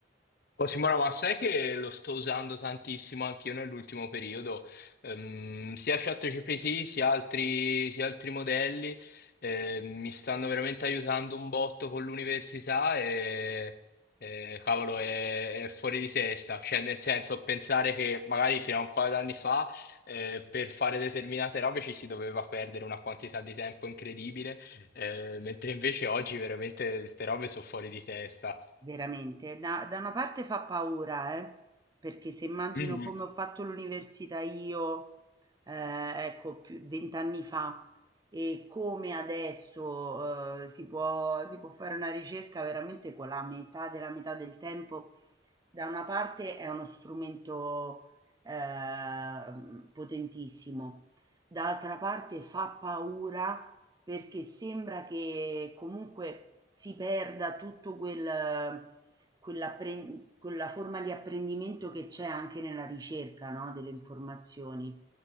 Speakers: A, on the left; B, on the right.
A: Oh, Simona, ma sai che lo sto usando tantissimo anch'io nell'ultimo periodo, Ehm, sia ChatGPT sia altri, sia altri modelli, eh, mi stanno veramente aiutando un botto con l'università e, e, cavolo, è, è fuori di testa, cioè nel senso pensare che magari fino a un paio d'anni fa eh, per fare determinate robe ci si doveva perdere una quantità di tempo incredibile, eh, mentre invece oggi veramente queste robe sono fuori di testa.
B: Veramente, da da una parte fa paura, eh, perché se immagino
A: <clears throat>
B: come ho fatto l'università io, ehm, ecco, più 20 anni fa e come adesso, ehm, si può si può fare una ricerca veramente con la metà della metà del tempo da una parte è uno strumento, ehm, potentissimo, dall'altra parte fa paura perché sembra che comunque si perda tutto quel quell'appren quella forma di apprendimento che c'è anche nella ricerca, no, delle informazioni.